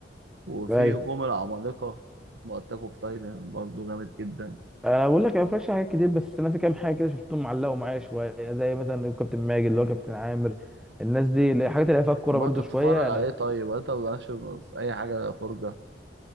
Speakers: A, on the right; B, in the centre.
A: وفي
B: ايوه
A: هجوم العمالقة اسمه اتاك اوف تايتن برضه جامد جدا
B: انا بقول لك انا مفيش حاجات كتير بس انا في كام حاجه كده شفتهم معلقوا معايا شويه زي مثلا كابتن ماجد اللي هو كابتن عامر الناس دي الحاجات اللي هي فيها الكوره
A: ما
B: برضو
A: انت بتتفرج
B: شويه
A: عليه
B: انا
A: طيب ولا انت مالكش في اي حاجة فرجة